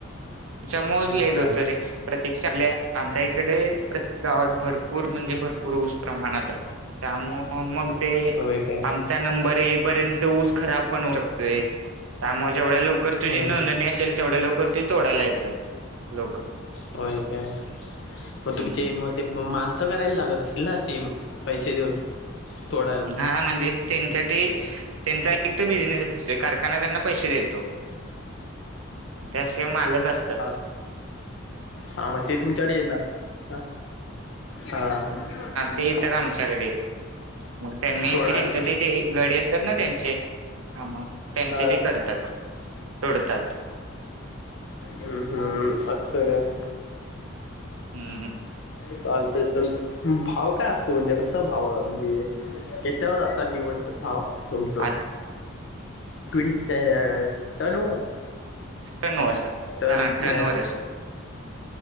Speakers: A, on the right; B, on the left.
A: त्याच्यामुळेज
B: होय
A: लेट
B: काय
A: होतय रे, प्रतिक्षा आलिया आप आमच्या इकडे प्रत्येक गावात भरपूर म्हणजे भरपूर ऊस प्रमाणात त्यामुळे मग ते
B: होय काय
A: आमचा नंबर येईपर्यंत ऊस खराब पण उरकतोय, त्यामुळे मग जेवढ्या लवकर तुझी
B: होय
A: नोंदणी असेल, तेवढ्या लवकर ते तोडायला येतात. लोक.
B: होय काय. म तुमचे
A: हम्म.
B: म ते माल असं करायला लागत असेल ना सीम, पैसे देऊन. तोडायला
A: हा हा म्हणजे त्याचं ते, त्यांचा एक त बिझनेस असतोय कारखाना् त्यांना पैसे देतो. त्यास मालक अस
B: हा. हा मग ते तुमच्याकड येणार हा. हा.
A: ते येतात आमच्याकडे मग त्यांनी
B: तोडायला.
A: ते- त्यांचं ते ते गडी असतात ना त्यांचे हा मग त्यांचे
B: हा.
A: ते करतात तोडतात
B: हम्म हम्म असं काय.
A: हम्म
B: चालतय चल. भाव काय असतो म्हणजे कसं भाव म्हणजे, त्याच्यावर असा निवडतात भाव? तुमचं.
A: आ
B: ट्वीन त्या टन वर.
A: टन असं
B: टन
A: हा
B: मग
A: टनवर असत